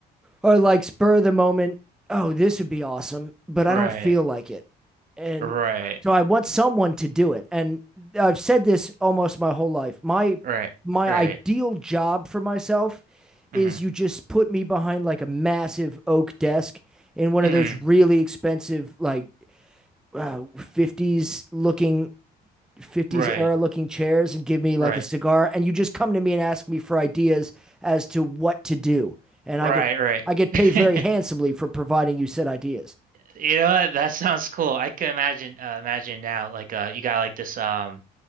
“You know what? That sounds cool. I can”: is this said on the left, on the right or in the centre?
Right